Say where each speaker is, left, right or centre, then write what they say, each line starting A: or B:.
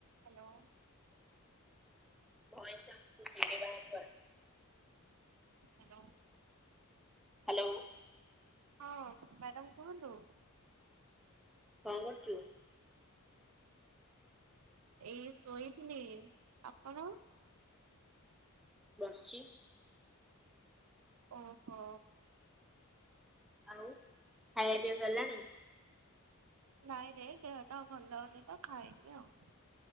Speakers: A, on the right; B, in the centre.
A: Hello
B: voice ଟା ବା
A: hello
B: hello
A: ହଁ ମ୍ୟାଡ଼ାମ କୁହନ୍ତୁ
B: କଣ କରୁଛୁ
A: ଏଇ ଶୋଇଥିଲି ଆପଣ
B: ବସିଛି
A: ଓହୋ
B: ଆଉ ଖାଇବା ପିଇବା ସାରିଲାଣି
A: ନାଇଁ ଦେଖ ଦେହ ତଉ ଭଲ ହଉନି ତ ଖାଇନି ଆଉ